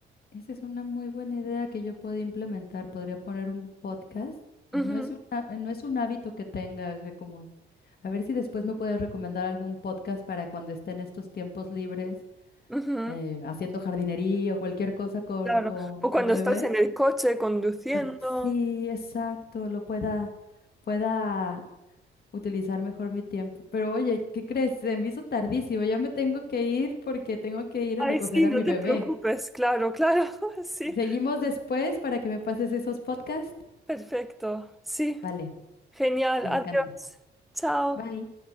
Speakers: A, on the left; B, in the centre.
A: Esa es una muy buena idea que yo podría implementar. Podría poner un podcast y
B: Ujú,
A: no es un, ha- no es un hábito que tenga, o sea, como a ver si después me puedes recomendar algún podcast para cuando esté en estos tiempos libres
B: ujú,
A: eh, haciendo jardinería o cualquier cosa con,
B: claro,
A: con,
B: o cuando
A: con mi
B: estás
A: bebé.
B: en el coche conduciendo.
A: Cuando- sí, exacto, lo pueda, pueda utilizar mejor mi tiempo. Pero oye, ¿qué crees? Se me hizo tardísimo, ya me tengo que ir porque tengo que ir
B: Ay,
A: a recoger
B: sí,
A: a
B: no
A: mi
B: te
A: bebé.
B: preocupes, claro, claro, <laughs> sí.
A: Seguimos después para que me pases esos podcasts.
B: Perfecto. Sí,
A: Vale,
B: genial.
A: me
B: Adiós.
A: encanta.
B: Chao.
A: Bye.